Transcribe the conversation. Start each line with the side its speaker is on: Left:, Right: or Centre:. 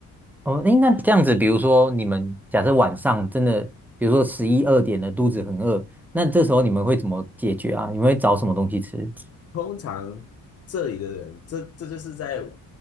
Centre: 哦，诶，那这样子，比如说你们假设晚上真的，比如说十一二点了，肚子很饿，那这时候你们会怎么解决啊？你们会找什么东西吃？
Left: 通常这里的人，这这就是在